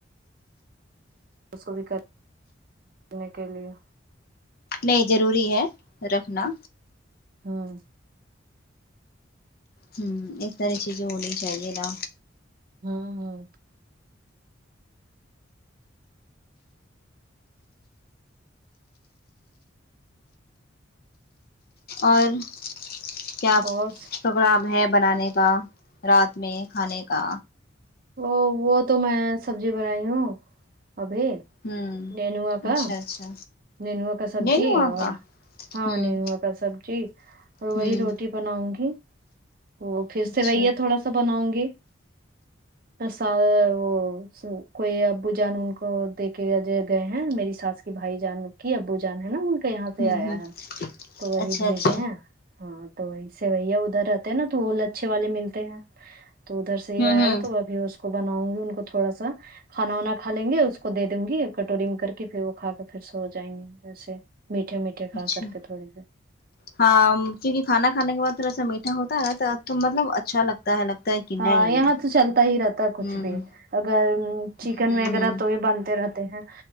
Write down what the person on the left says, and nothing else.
نہیں ضروری ہے رکھنا
ہمم اس طرح چیزیں ہونی چاہیے نا
اور کیا
پروگرام ہے بنانے کا رات میں کھانے کا
ہمم
اچھا اچھا
نہیں وہاں
کا
ہوں
ہوں
اچھا
ہوں
ہوں
اچھا
اچھا
ہوں
ہوں
اچھا
ہاں کیونکہ کھانا کھانے کے بعد تھوڑا سا میٹھا ہوتا ہے نا تو مطلب اچھا لگتا ہے لگتا ہے کہ نہیں
ہوں
ہوں
ہوں